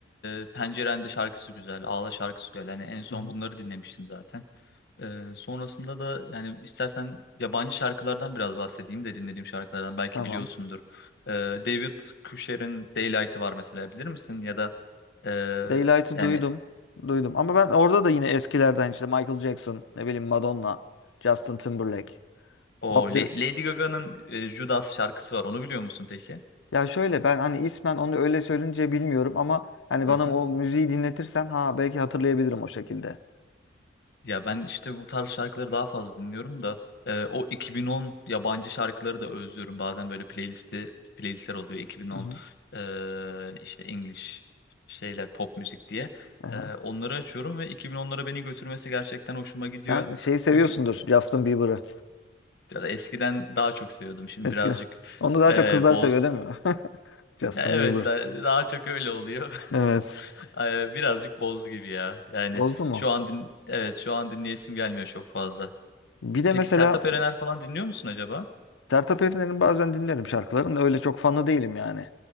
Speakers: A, on the left; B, on the left.
A: e, Pencerende şarkısı güzel, Ağla şarkısı güzel. Hani en son
B: Hı hı.
A: bunları dinlemiştim zaten. E, sonrasında da yani istersen yabancı şarkılardan biraz bahsedeyim de dinlediğim şarkılardan belki
B: Tamam.
A: biliyorsundur. E, David Cusher'in Daylight'ı var mesela bilir misin? Ya da e,
B: Daylight'ı
A: yani
B: duydum. Duydum. Ama ben orada da yine eskilerden işte Michael Jackson, ne bileyim Madonna, Justin Timberlake,
A: o
B: Bob,
A: La-
B: Dy-
A: Lady Gaga'nın e, Judas şarkısı var. Onu biliyor musun peki?
B: Ya şöyle ben hani ismen onu öyle söyleyince bilmiyorum ama hani bana
A: Hı hı.
B: o müziği dinletirsen ha belki hatırlayabilirim o şekilde.
A: Ya ben işte bu tarz şarkıları daha fazla dinliyorum da e, o 2010 yabancı şarkıları da özlüyorum. Bazen böyle playlisti playlistler oluyor 2010
B: Hı hı.
A: e, işte English şeyler pop müzik diye.
B: Aha.
A: E, onları açıyorum ve 2010'lara beni götürmesi gerçekten hoşuma gidiyor.
B: Sen şeyi seviyorsundur
A: Çünkü
B: Justin Bieber'ı
A: ya da eskiden daha çok seviyordum. Şimdi
B: eskiden.
A: birazcık
B: Onu daha
A: e,
B: çok kızlar
A: boz.
B: seviyor değil mi? <laughs> Justin
A: Ya evet
B: Bieber.
A: da- daha çok öyle oluyor. <laughs>
B: Evet.
A: E, Birazcık boz gibi ya. Yani
B: Bozdu mu?
A: şu an din evet şu an dinleyesim gelmiyor çok fazla.
B: Bir de
A: Peki
B: mesela
A: Sertab Erener falan dinliyor musun acaba?
B: Sertab Erener'in bazen dinlerim şarkılarını da öyle çok fanı değilim yani.